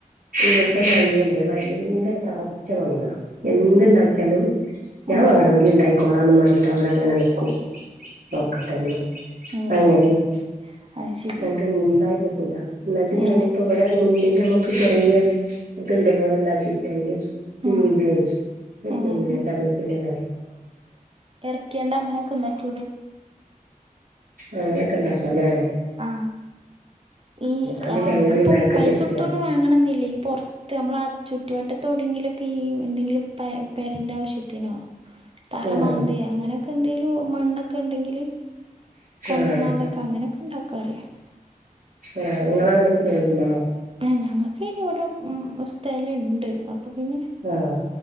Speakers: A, on the right; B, on the right.
A: ഇവിടുത്തെ മണ്ണില്ലേ ഭയങ്കര തറച്ച മണ്ണാ എന്തു
B: ഉം
A: ണ്ടാക്കിയാലും ഞാൻ
B: ഉം
A: വേണമെങ്കി ഉണ്ടായിക്കോളാംന്ന് പറഞ്ഞിട്ട് അവിടെ അങ്ങനെ നിക്കും നോക്കട്ടെന്ന്
B: ഉം
A: അങ്ങനെണ്
B: അത് ശരി
A: ന്നട്ട് ഉണ്ടായി കിട്ടൂല്ല ന്നട്ട് ഞാനിപ്പോ
B: ഏ
A: ഇവിടെ മുന്നില് നമ്മക്ക് ചെറിയ ഇത്ണ്ട്പോലെ ഉണ്ടാക്കീട്ട് അതില്
B: ആ
A: ഹ്മ്
B: ഏ
A: ഹ്
B: എന്നാ
A: പിന്നെ കറവേപ്പിന്റെല
B: എറക്കേണ്ട അങ്ങനെക്കെ ണ്ടാക്കൂടെ
A: അങ്ങനെക്കെ ഇണ്ടാക്കാലേ
B: ആ ഈ
A: അതിന്
B: അമ്ക്ക്പ്പോ
A: അതിനൊന്നും മെനക്കെട്ടിട്ടില്ല
B: പൈസൊടുത്തൊന്നും വാങ്ങണന്നില്ല ഈ പൊ ത്ത് മ്മളാ ചുറ്റുവട്ടത്തോടെങ്കിലൊക്കി ഈ എന്തെങ്കിലും പെ പെരന്റെ ആവശ്യത്തിനോ തറ
A: ആഹ്
B: മാന്തിയ അങ്ങനെയൊക്കെ എന്തെലും മണ്ണൊക്കെ ഇണ്ടെങ്കില് കൊണ്ടന്നാണ്ടൊക്കെ
A: ആഹ്
B: അങ്ങനെക്കെ ണ്ടാക്കാറിയ
A: ആ ങ്ങള് അങ്ങനെയൊക്കെ ചെയ്യല്ണ്ടോ
B: ഏയ് ഞങ്ങക്കൈന് വിടെ മ് സ്ഥലണ്ട് അപ്പൊ പിന്നെ
A: ആഹ്